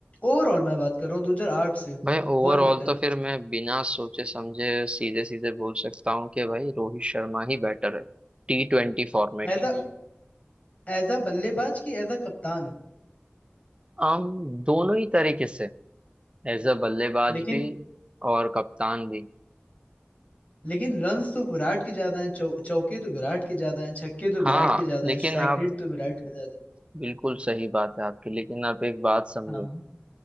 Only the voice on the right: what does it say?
भाई ओवरऑल
तो
फिर मैं बिना सोचे समझे सीधे सीधे बोल सकता हूँ कि भाई रोहित शर्मा ही बेटर है टी ट्वेंटी फॉर्मेट
में
आम दोनों ही तरीके से एज अ बल्लेबाज
भी और कप्तान भी
हाँ
लेकिन
आप
बिल्कुल सही बात है आपकी लेकिन आप एक बात समझो